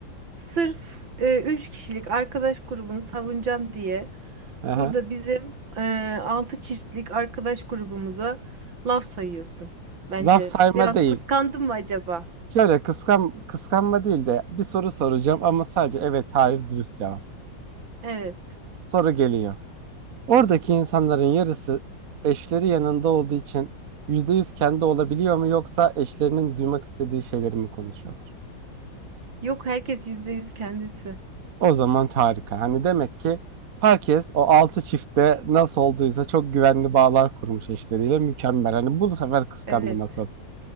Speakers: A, on the right (about 80°); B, on the right (about 55°).
A: Sırf e, üç kişilik arkadaş grubunu savunacağım diye
B: Ehe.
A: burada bizim e, altı çiftlik arkadaş grubumuza laf sayıyorsun. Bence
B: Laf sayma
A: biraz
B: değil.
A: kıskandın mı acaba?
B: Şöyle kıskan, kıskanma değil de bir soru soracağım ama sadece evet hayır dürüst cevap.
A: Evet.
B: Soru geliyor. Oradaki insanların yarısı eşleri yanında olduğu için %100 kendi olabiliyor mu yoksa eşlerinin duymak istediği şeyleri mi konuşuyorlar?
A: Yok herkes yüzde yüz kendisi.
B: O zaman harika. Hani demek ki herkes o altı çiftte nasıl olduysa çok güvenli bağlar kurmuş eşleriyle mükemmel. Hani bu sefer kıskandım
A: Evet.
B: asıl.